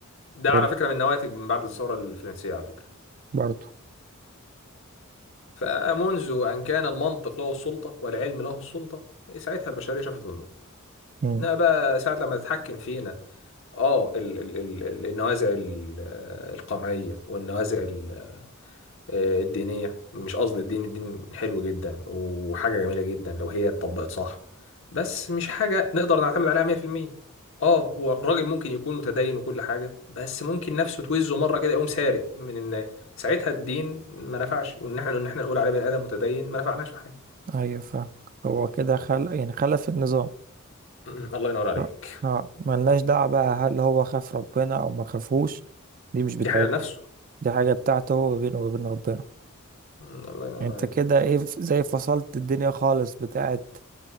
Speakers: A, on the left; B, on the right.
A: ده على
B: حلو
A: فكره من نواتج من بعد الثوره الفرنسيه على فكره
B: برضو
A: فمنذ ان كان المنطق له السلطه والعلم له السلطه ساعتها البشريه شافت
B: امم
A: لا بقى ساعة لما تتحكم فينا اه ال ال ال ال- النوازع ال- آه، القمعية والنوازع ال- آه، الدينية مش قصدي الدين الدين حلو جدا وحاجة جميلة جدا لو هي اتطبقت صح بس مش حاجة نقدر نعتمد عليها 100% اه هو الراجل ممكن يكون متدين وكل حاجة بس ممكن نفسه توزه مرة كده يقوم سارق من الناس ساعتها الدين ما نفعش وان احنا ان احنا نقول عليه بني آدم متدين ما نفعناش في حاجة
B: ايوه فاهمك هو كده خلق يعني خلف النظام
A: <clears throat> م- الله ينور عليك
B: اه آه. ملناش دعوه بقى هل هو خاف ربنا او ما خافوش دي مش بتاعتنا
A: دي حاجة لنفسه
B: دي حاجه بتاعته هو ما بينه وما بين ربنا
A: <clears throat> م- الله ينور
B: انت
A: عليك
B: كده ايه ف- زي فصلت الدنيا خالص بتاعت